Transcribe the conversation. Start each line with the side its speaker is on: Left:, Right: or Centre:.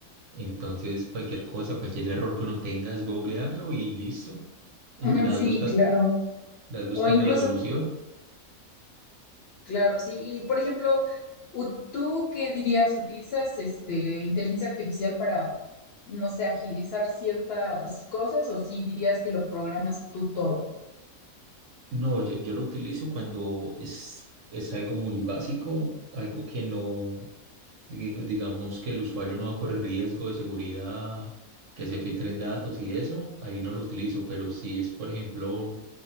Right: Entonces, cualquier cosa, cualquier error que uno tenga es googlearlo y listo. <laughs> La
Left: Ujú, Sí,
Right: vas buscando,
Left: claro.
Right: ¿Estás buscando
Left: O incluso,
Right: la solución?
Left: claro, sí. Y por ejemplo, u- ¿tú qué dirías? ¿Utilizas este inteligencia artificial para, no sé, agilizar ciertas cosas o sí dirías que lo programas tú todo?
Right: No, yo, yo lo utilizo cuando es, es algo muy básico, algo que no, diga- digamos que el usuario no va a correr riesgo de seguridad, que se filtren datos y eso, ahí no lo utilizo, pero si es, por ejemplo,